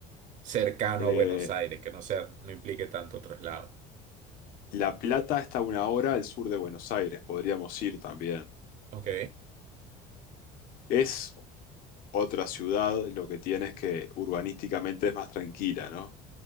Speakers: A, on the right (about 45°); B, on the left (about 60°).
A: cercano
B: Eh,
A: a Buenos Aires que no sea, no implique tanto traslado?
B: La Plata está a una hora al sur de Buenos Aires, podríamos ir también.
A: Ok,
B: Es otra ciudad, lo que tiene es que urbanísticamente es más tranquila, ¿no?